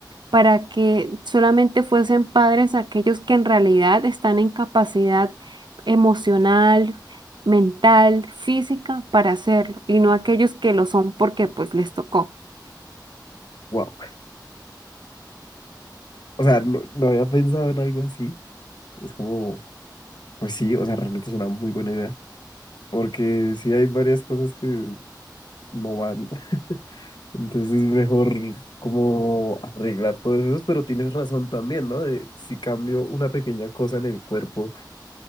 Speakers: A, on the right; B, on the left.
A: para que solamente fuesen padres aquellos que en realidad están en capacidad emocional, mental, física para hacerlo, y no aquellos que lo son porque pues les tocó.
B: wow. O sea, no, no había pensado en algo así. Es como, pues sí, o sea, realmente es una muy buena idea, porque sí hay varias cosas que no van. <laughs> Entonces es mejor como arreglar todos esos pero tienes razón también, ¿no? De si cambio una pequeña cosa en el cuerpo.